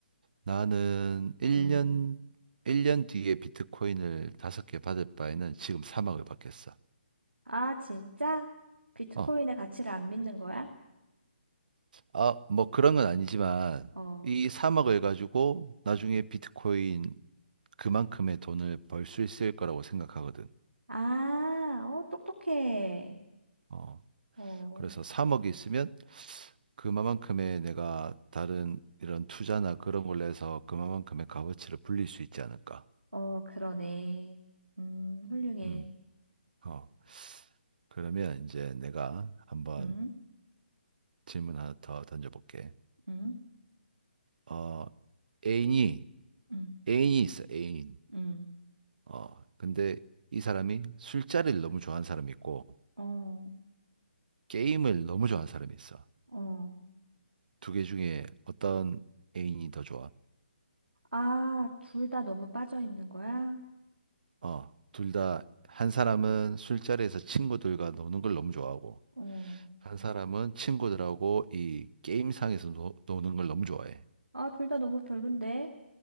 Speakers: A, on the right (about 50°); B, on the right (about 80°).
A: 나는 1년,
B: 음.
A: 일 년 뒤에 비트코인을 5개 받을 바에는 지금 3억을 받겠어.
B: 아, 진짜? 비트코인의
A: 어,
B: 가치를 안 믿는 거야?
A: 아, 뭐 그런 건 아니지만,
B: 어.
A: 이 3억을 가지고 나중에 비트코인 그만큼의 돈을 벌 수 있을 거라고 생각하거든.
B: 아, 어, 똑똑해.
A: 어,
B: 어,
A: 그래서 3억이 있으면 그만큼의 내가 다른 이런 투자나 그런 걸로 해서 그만큼의 값어치를 불릴 수 있지 않을까.
B: 어, 그러네. 음, 훌륭해.
A: 음. 어. 그러면 이제 내가 한번
B: 응,
A: 질문 하나 더 던져볼게.
B: 응,
A: 어, 애인이,
B: 응,
A: 애인이 있어, 애인.
B: 응.
A: 어, 근데 이 사람이 술자리를 너무 좋아하는 사람이 있고,
B: 어,
A: 게임을 너무 좋아하는 사람이 있어.
B: 어.
A: 두 개 중에 어떤 애인이 더 좋아?
B: 아, 둘 다 너무 빠져 있는 거야?
A: 어, 둘 다 한 사람은 술자리에서 친구들과 노는 걸 너무 좋아하고
B: 어.
A: 한 사람은 친구들하고 이 게임상에서 노, 노는 걸 너무 좋아해.
B: 아, 둘 다 너무 별론데?